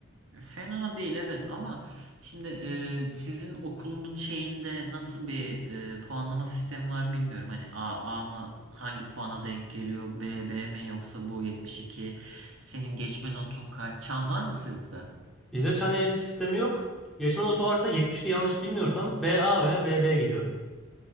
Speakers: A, on the right (about 75°); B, in the centre.
A: Fena değil evet ama şimdi e, sizin okulunun şeyinde nasıl bir e, puanlama sistemi var bilmiyorum. Hani A, A mı hangi puana denk geliyor? B, B mi yoksa bu 72? Senin geçme notun kaç? Çan var mı sizde?
B: Vize çan eğrisi sistemi yok. Geçme notu olarak da 72 yanlış bilmiyorsam B A veya B B geliyor.